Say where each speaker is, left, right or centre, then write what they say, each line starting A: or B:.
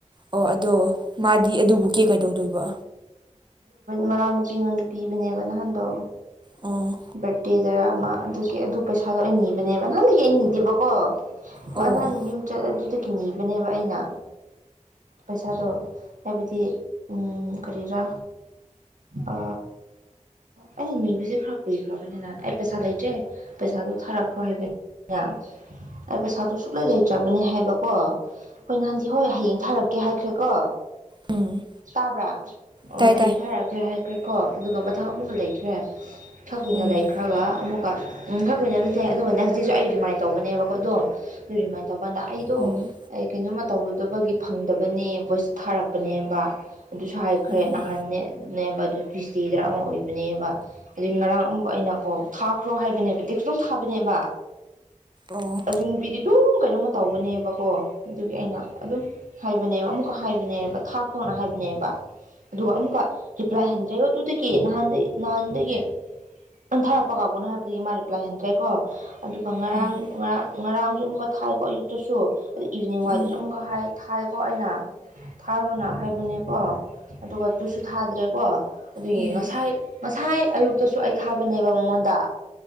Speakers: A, on the right; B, on the right.
A: ꯑꯣ ꯑꯗꯣ ꯃꯥꯗꯤ ꯑꯗꯨꯕꯨ ꯀꯤ ꯀꯩꯗꯧꯗꯣꯏꯕ꯫
B: ꯃꯅꯥꯎ ꯅꯨꯄꯤ ꯑꯩꯉꯣꯟꯗ ꯄꯤꯕꯅꯦꯕ ꯅꯍꯥꯟꯗꯣ
A: ꯑꯣ
B: ꯕꯔꯗꯦ꯫ <unintelligible> ꯑꯃ ꯑꯗꯨꯒꯤ ꯑꯗꯨ ꯄꯩꯁꯥꯗꯣ ꯑꯩꯅ ꯅꯤꯕꯅꯦꯕ ꯅꯍꯥꯟꯗꯒꯤ ꯑꯩ ꯅꯤꯗꯦꯕꯀꯣ
A: ꯑꯣ
B: ꯃꯥ ꯅꯍꯥꯟ ꯌꯨꯝ ꯆꯠ ꯑꯗꯨꯗꯒꯤ ꯅꯤꯕꯅꯦꯕ ꯑꯩꯅ꯫ ꯄꯩꯁꯥꯗꯣ ꯍꯥꯏꯕꯗꯤ ꯎꯝ ꯀꯔꯤꯔꯥ꯫ ꯑ ꯑꯦꯅ ꯅꯤꯕꯁꯦ ꯈꯔ ꯀꯨꯏꯈꯔꯕꯅꯦꯅ ꯑꯩ ꯄꯩꯁꯥ ꯂꯩꯇ꯭ꯔꯦ꯫ ꯄꯩꯁꯥꯗꯣ ꯊꯔꯛꯈ꯭ꯔꯣ ꯍꯥꯏꯕ꯫ <unintelligible> ꯑꯩ ꯄꯩꯁꯥꯗꯣ ꯁꯨꯛꯂꯩ ꯂꯩꯇ꯭ꯔꯕꯅꯦ ꯍꯥꯏꯕꯀꯣ꯫ ꯍꯣꯏ ꯅꯍꯥꯟꯗꯤ ꯍꯣꯏ ꯍꯌꯦꯡ ꯊꯥꯔꯛꯀꯦ ꯍꯥꯏꯈ꯭ꯔꯦꯀꯣ
A: ꯎꯝ
B: ꯇꯥꯕ꯭ꯔꯥ? ꯑꯣ
A: ꯇꯥꯏ
B: ꯍꯌꯦꯡ
A: ꯇꯥꯏ
B: ꯊꯥꯔꯛꯈ꯭ꯔꯦ ꯍꯥꯏꯈ꯭ꯔꯦꯀꯣ ꯑꯗꯨꯒ ꯃꯊꯪ ꯑꯃꯨꯒ ꯂꯩꯈ꯭ꯔꯦ꯫ ꯊꯛ ꯀꯨꯏꯅ
A: ꯎꯝ
B: ꯂꯩꯈ꯭ꯔꯒ ꯑꯃꯨꯛ ꯀꯣ ꯎꯝ ꯈꯔ ꯀꯨꯏꯅ ꯂꯠꯇꯦ ꯑꯗꯨꯒ ꯅꯦꯛꯁ ꯗꯦꯁꯨ ꯑꯩ ꯔꯤꯃꯥꯏꯟ ꯇꯧꯕꯅꯦꯕꯀꯣ ꯑꯗꯨꯝ ꯑꯗꯨ ꯔꯤꯃꯥꯏꯟ ꯇꯧꯕꯀꯥꯟꯗ ꯑꯩꯗꯣ
A: ꯎꯝ
B: ꯑꯩ ꯀꯩꯅꯣꯝꯃ ꯇꯧꯗꯕꯒꯤ ꯐꯪꯗꯕꯅꯦ ꯚꯣꯏꯁꯇ ꯊꯥꯔꯛꯄꯅꯦꯕ ꯑꯗꯨꯁꯨ ꯍꯥꯏ ꯈꯔ
A: ꯎꯝ
B: ꯅꯍꯥꯟ-ꯅꯦ-ꯅꯦꯕ ꯑꯗꯨ ꯐꯤꯁ ꯗꯦꯗꯔ ꯑꯃ ꯑꯣꯏꯕꯅꯦꯕ꯫ ꯑꯗꯨꯏ ꯉꯔꯥꯡ ꯑꯃꯨꯛ ꯑꯩꯅ ꯀꯣ ꯊꯥꯈ꯭ꯔꯣ ꯍꯥꯏꯕꯅꯦꯕꯦ ꯇꯤꯈꯇꯪ ꯊꯥꯕꯅꯦꯕ
A: ꯑꯣ
B: ꯌꯨꯡꯕꯤꯗꯤ ꯑꯗꯨꯝ ꯀꯩꯅꯣꯝꯃ ꯇꯧꯕꯒꯅꯦꯕꯀꯣ ꯑꯗꯨꯒꯤ ꯑꯩꯅ ꯑꯗꯨꯝ ꯍꯥꯏꯕꯅꯦꯕ ꯑꯃꯨꯛꯀ ꯍꯥꯏꯕꯅꯦꯕ ꯊꯥꯈ꯭ꯔꯣꯅ ꯍꯥꯏꯕꯅꯦꯕ ꯑꯗꯨꯒ ꯑꯃꯨꯛꯀ ꯔꯤꯄ꯭ꯂꯥꯏ ꯍꯟꯗ꯭ꯔꯦꯕ ꯗꯨꯇꯀꯤ ꯅꯍꯥꯟꯗꯩ ꯅꯍꯥꯟꯗꯒꯤ ꯅꯪ ꯊꯥꯔꯛꯄ ꯀꯥꯎꯒꯅꯣ ꯍꯥꯏꯕꯗꯒꯤ ꯃꯥ ꯔꯤꯄ꯭ꯂꯥꯏ ꯍꯦꯟꯗ꯭ꯔꯦꯀꯣ ꯑꯗꯨꯒ ꯉꯔꯥꯡ
A: ꯎꯝ
B: ꯉꯔꯥꯡ ꯉꯔꯥꯡꯁꯨ ꯑꯃꯨꯛꯀ ꯊꯥꯏꯀꯣ ꯑꯌꯨꯛꯇꯁꯨ ꯑꯗ ꯏꯚꯤꯅꯤꯡ ꯋꯥꯏꯗꯨꯁꯨ
A: ꯎꯝ
B: ꯑꯃꯨꯛꯀ ꯍꯥꯏ ꯊꯥꯏꯀꯣ ꯑꯩꯅ ꯊꯥꯔꯨꯅ ꯍꯥꯏꯕꯅꯦꯀꯣ ꯑꯗꯨꯒ ꯇꯨꯁꯨ ꯊꯥꯗ꯭ꯔꯦꯀꯣ ꯑꯗꯨꯏ
A: ꯎꯝ
B: ꯉꯁꯥꯏ ꯉꯁꯥꯏ ꯑꯌꯨꯛꯇꯁꯨ ꯑꯩ ꯊꯥꯕꯅꯦꯕ ꯃꯉꯣꯟꯗ